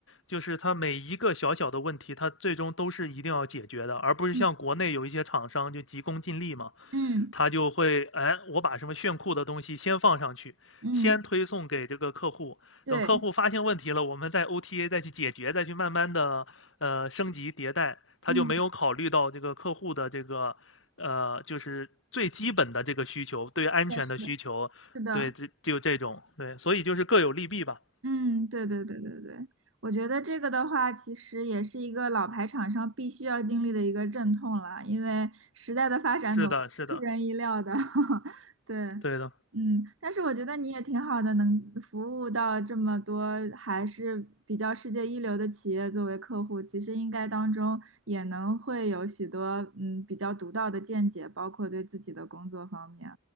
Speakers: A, on the left (about 80°); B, on the right (about 85°).
A: 就是它每一个小小的问题，它最终都是一定要解决的，而不是像国内有一些厂商就急功近利嘛，
B: 嗯嗯
A: 他就会，哎，我把什么炫酷的东西先放上去，
B: 嗯，
A: 先推送给这个客户，
B: 对，
A: 等客户发现问题了，我们再 OTA 再去解决，再去慢慢的呃升级迭代，他就没有考虑到这个客户的这个呃就是最基本的这个需求，
B: 嗯，
A: 对安全的需求。
B: 是的，是的，是的。
A: 对，这就这种，对，所以就是各有利弊吧。
B: 嗯，对对对对对，我觉得这个的话，其实也是一个老牌厂商必须要经历的一个阵痛了，因为时代的发展总是出人意料的。
A: 是的，是的，
B: <laughs> 对，
A: 对的，
B: 嗯，但是我觉得你也挺好的，能服务到这么多还是比较世界一流的企业作为客户，其实应该当中也能会有许多嗯比较独到的见解，包括对自己的工作方面，